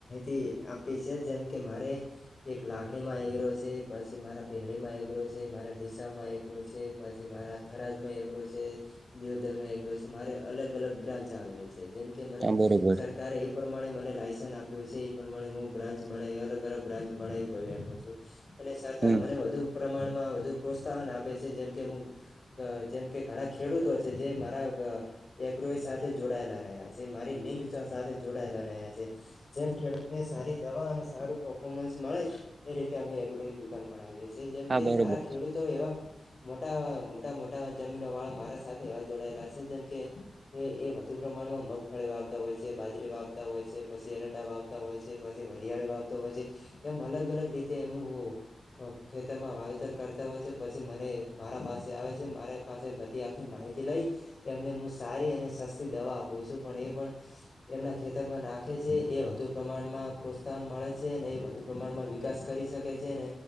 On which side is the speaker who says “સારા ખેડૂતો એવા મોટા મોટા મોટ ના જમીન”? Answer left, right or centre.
Left